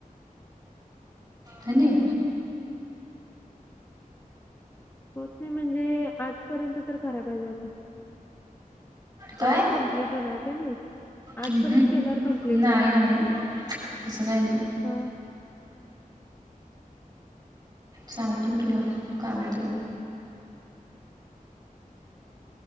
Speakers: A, on the right; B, on the left.
A: हा नाय?
B: पोहोचतंय म्हणजे, आठपर्यंत तर करायला पाहिजे आपण.
A: काय
B: तवा कम्प्लीट हुणार. नाही आठ
A: हम्म
B: पर्यंत
A: हम्
B: केल्यावर कम्प्लीट
A: नाही
B: होईल
A: नाही तसं काही नाही
B: हा
A: सांगतो मी तुला काय होतंय